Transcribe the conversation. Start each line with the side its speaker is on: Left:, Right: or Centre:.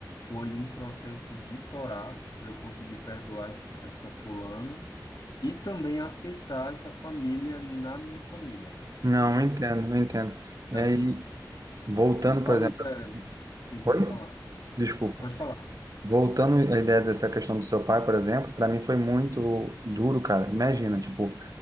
Left: Foi um processo de torar para eu conseguir perdoar esse- essa fulana e também aceitar essa família na minha família,
Right: Não,
Left: entendeu?
Right: eu entendo, eu entendo.
Left: Então,
Right: E aí, voltando,
Left: eu falei
Right: por exemplo.
Left: para ela. Sim, pode
Right: Oi?
Left: falar.
Right: Desculpa.
Left: Pode falar.
Right: Voltando à ideia dessa questão do seu pai, por exemplo, para mim foi muito duro, cara. Imagina, tipo,